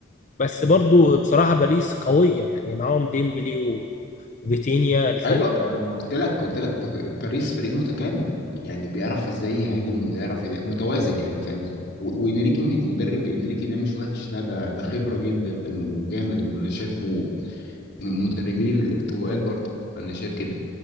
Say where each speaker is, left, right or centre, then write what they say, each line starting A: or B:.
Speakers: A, on the left; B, on the left.
A: بس برضو بصراحه باريس قويه يعني معاهم ديمبلي و- وفيتينيا الفريق
B: ايوه انا ما قلت لك قلت لك باريس فريق متكامل يعني بيعرف ازاي يهاجم ويعرف يدا- متوازن يعني فاهم و- وانريكي مدرب انريكي ده مش وحش لا ده ده خبره جدا وجامد وانا شايفه من المدربين ال- التقال برضه انا شايف كده